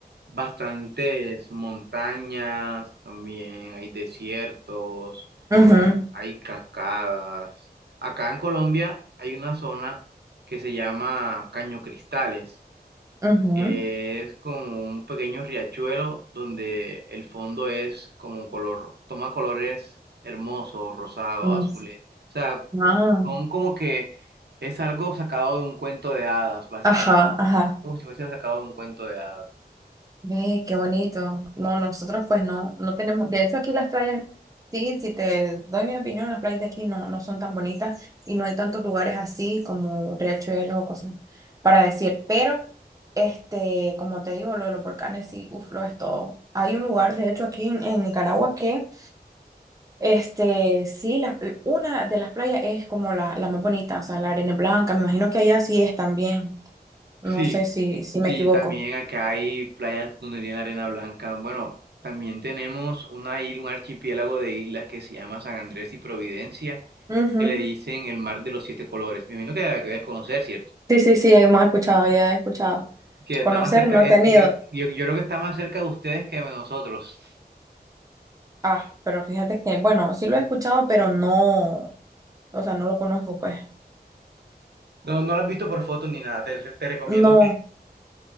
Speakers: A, on the right; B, on the right.
A: bastantes montañas, también hay desiertos,
B: Ujú,
A: hay cascadas. Acá en Colombia hay una zona que se llama Caño Cristales
B: ujú,
A: que es como un pequeño riachuelo donde el fondo es como un color, toma colores hermosos, rosados,
B: mm,
A: azules. O sea,
B: ah,
A: son como que es algo sacado de un cuento de hadas, básicamente.
B: ajá, ajá.
A: Como si fuese sacado de un cuento de hadas.
B: Ve, qué bonito. No, nosotros pues no, no tenemos, de hecho aquí las playas, sí, si te doy mi opinión, las playas de aquí no, no son tan bonitas y no hay tantos lugares así como riachuelos o cosas para decir, pero este, como te digo, lo de los volcanes sí, uf, lo es todo. Hay un lugar, de hecho, aquí en, en Nicaragua que, este, sí, la- una de las playas es como la, la más bonita, o sea, la arena es blanca, me imagino que allá sí es también, no
A: Sí,
B: sé si, si me
A: sí,
B: equivoco.
A: también acá hay playas donde tiene la arena blanca. Bueno, también tenemos una isla, un archipiélago de islas que se llama San Andrés y Providencia,
B: Ujú.
A: que le dicen el mar de los siete colores. Me imagino que la debes conocer, ¿cierto?
B: Sí, sí, sí, hemos escuchado, ya he escuchado.
A: que está
B: Conocer
A: más cerca,
B: no
A: eh,
B: he tenido.
A: eh, que yo, yo creo que está más cerca de ustedes que de nosotros.
B: Ah, pero fíjate que, bueno, sí lo he escuchado, pero no, o sea, no lo conozco, pues.
A: No, no lo has visto por fotos ni nada. Te, te recomiendo
B: No,
A: que,